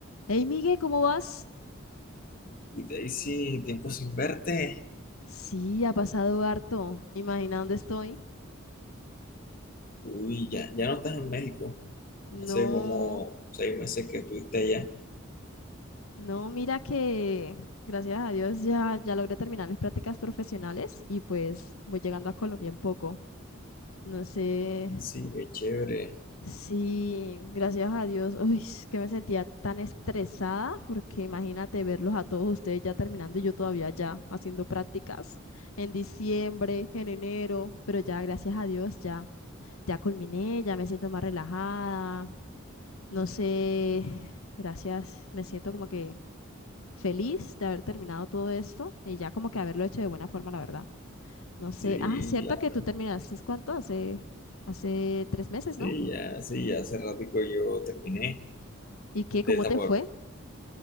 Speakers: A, on the left; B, on the left.
A: Hey, Miguel, ¿cómo vas?
B: Y Daisy, tiempo sin verte.
A: Sí, ha pasado harto. Imagina dónde estoy.
B: Uy, ya, ya no estás en México.
A: No,
B: Hace como seis meses que estuviste allá.
A: no, mira que gracias a Dios ya, ya logré terminar mis prácticas profesionales y pues voy llegando a Colombia en poco. No sé
B: Sí, qué chévere.
A: si, gracias a Dios, uy, es que me sentía tan estresada porque imagínate verlos a todos ustedes ya terminando y yo todavía ya haciendo prácticas en diciembre, en enero, pero ya gracias a Dios ya. Ya culminé, ya me siento más relajada. No sé, <sighs> gracias. Me siento como que feliz de haber terminado todo esto y ya como que haberlo hecho de buena forma, la verdad. No sé.
B: Sí,
A: Ah, cierto
B: claro.
A: que tú terminaste, ¿cuánto? Hace, hace tres meses,
B: Sí,
A: ¿no?
B: ya, sí, ya hace ratico yo terminé
A: ¿Y qué? ¿Cómo
B: de esa
A: te
B: forma.
A: fue?